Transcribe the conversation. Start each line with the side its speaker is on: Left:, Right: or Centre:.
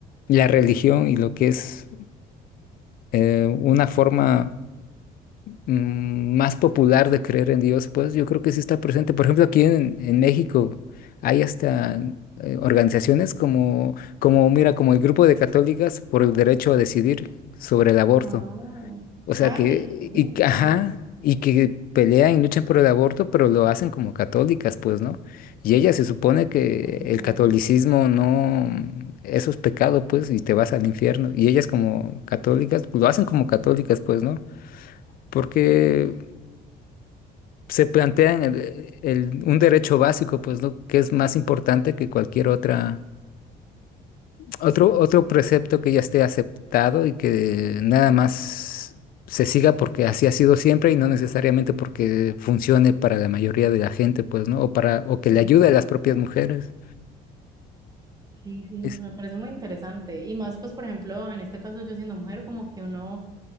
Left: la religión y lo que es eh, una forma mm, más popular de creer en Dios, pues yo creo que sí está presente. Por ejemplo, aquí en, en México hay hasta eh, organizaciones como, como, mira, como el Grupo de Católicas por el Derecho a Decidir sobre el Aborto.
Right: Ah,
Left: O sea
Right: ah,
Left: que,
Right: qué bien,
Left: y, que- ajá,
Right: mira.
Left: y que pelean y luchan por el aborto, pero lo hacen como católicas, pues, ¿no? Y ella se supone que
Right: Ay,
Left: el
Right: qué
Left: catolicismo
Right: bueno.
Left: no, eso es pecado, pues, y te vas al infierno. Y ellas como católicas, pues, lo hacen como católicas, pues, ¿no? Porque se plantean el- el- un derecho básico, pues, ¿no? Que es más importante que cualquier otra Otro, otro precepto que ya esté aceptado y que nada más se siga porque así ha sido siempre y no necesariamente porque funcione para la mayoría de la gente, pues, ¿no? O para, o que
Right: Exacto.
Left: le ayude a las propias mujeres.
Right: Sí, sí, sí,
Left: Es,
Right: me parece muy interesante. Y más, pues, por ejemplo, en este caso yo siendo mujer, como que uno,